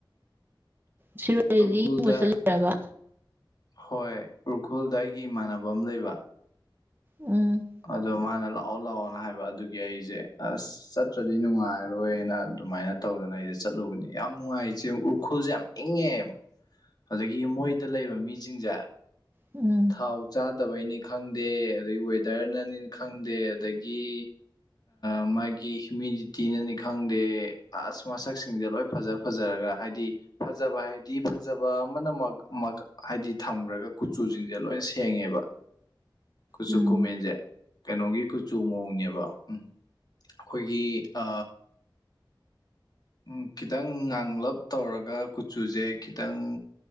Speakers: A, on the right; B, on the left.
A: ꯁꯤꯔꯣꯏ
B: ꯎꯔꯈꯨꯜꯗ
A: ꯂꯤꯗꯤ ꯌꯦꯡꯕ ꯆꯠꯂꯕ
B: ꯍꯣꯏ ꯎꯈ꯭ꯔꯨꯜꯗ ꯑꯩꯒꯤ ꯏꯃꯥꯟꯅꯕ ꯑꯃ ꯂꯩꯕ
A: ꯎꯝ
B: ꯑꯗꯣ ꯃꯥꯅ ꯂꯥꯛꯑꯣ ꯂꯥꯛꯑꯣꯅ ꯍꯥꯏꯕ ꯑꯗꯨꯒꯤ ꯑꯩꯁꯦ ꯑꯁ ꯆꯠꯇ꯭ꯔꯗꯤ ꯅꯨꯡꯉꯥꯏꯔꯣꯏꯅ ꯑꯗꯨꯃꯥꯏꯅ ꯇꯧꯗꯅ ꯑꯩꯁꯦ ꯆꯠꯂꯨꯕꯅꯦ ꯌꯥꯝ ꯅꯨꯡꯉꯥꯏ ꯏꯆꯦ ꯎꯈ꯭ꯔꯨꯜꯁꯦ ꯌꯥꯝ ꯏꯪꯉꯦ ꯑꯖꯤꯗꯒꯤ ꯃꯣꯏꯗ ꯂꯩꯕ ꯃꯤꯁꯤꯡꯁꯦ
A: ꯎꯝ
B: ꯊꯥꯎ ꯆꯥꯗꯕꯩꯅꯤ ꯈꯪꯗꯦ ꯑꯗꯒꯤ ꯋꯦꯗꯔꯅꯅꯤꯅꯤ ꯈꯪꯗꯦ ꯑꯗꯒꯤ ꯃꯥꯒꯤ ꯍꯤꯨꯃꯤꯗꯤꯇꯤꯅꯅꯤ ꯈꯪꯗꯦ ꯑꯁ ꯃꯁꯛꯁꯤꯡꯁꯦ ꯂꯣꯏ ꯐꯖ ꯐꯖꯔꯒ ꯍꯥꯏꯗꯤ ꯐꯖꯕ ꯍꯥꯏꯗꯤ ꯐꯖꯕ ꯑꯃꯅꯃꯛ ꯍꯥꯏꯗꯤ ꯊꯝꯈ꯭ꯔꯒ ꯀꯨꯆꯨꯁꯤꯡꯁꯦ ꯂꯣꯏ ꯁꯦꯡꯉꯦꯕ ꯀꯨꯆꯨ
A: ꯎꯝ
B: ꯀꯨꯃꯦꯟꯁꯦ ꯀꯩꯅꯣꯒꯤ ꯀꯨꯆꯨ ꯃꯑꯣꯡꯅꯦꯕ ꯎꯝ ꯑꯩꯈꯣꯏꯒꯤ ꯑ ꯎꯝ ꯈꯤꯇꯪ ꯉꯥꯡꯂꯞ ꯇꯧꯔꯒ ꯀꯨꯆꯨꯁꯦ ꯈꯤꯇꯪ